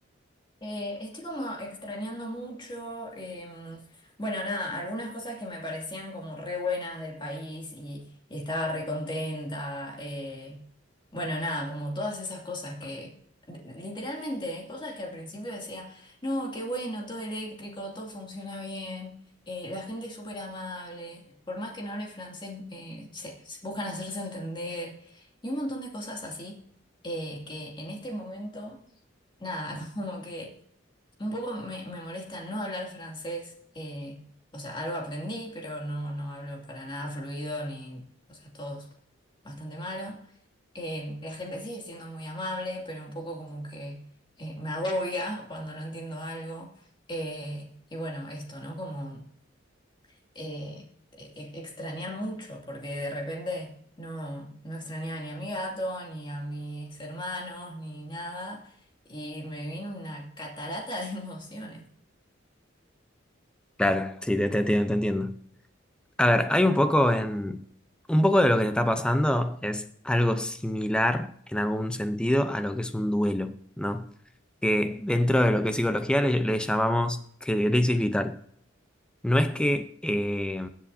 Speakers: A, on the left (about 25°); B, in the centre.
A: Eh, estoy como extrañando mucho, em, bueno, nada, algunas cosas que me parecían como re buenas del país y, y estaba re contenta, eh, bueno, nada, como todas esas cosas que, de- literalmente, cosas que al principio decía, no, qué bueno, todo eléctrico, todo funciona bien, eh, la gente es súper amable, por más que no hable francés, eh, se, se buscan hacerse entender, y un montón de cosas así, eh, que en este momento, nada, <laughs> como que... Un poco me, me molesta no hablar francés, eh, o sea, algo aprendí, pero no, no hablo para nada fluido ni, o sea, todo es bastante malo. Eh, la gente sigue siendo muy amable, pero un poco como que eh, me agobia cuando no entiendo algo. Eh, y bueno, esto, ¿no? Como eh, e- e- extrañar mucho, porque de repente no, no extrañaba ni a mi gato, ni a mis hermanos, ni nada, y me vino una catarata de <laughs> emociones.
B: Claro, sí, te, te entiendo, te entiendo. A ver, hay un poco en... Un poco de lo que te está pasando es algo similar en algún sentido a lo que es un duelo, ¿no? Que dentro de lo que es psicología le, le llamamos que- crisis vital. No es que, eh,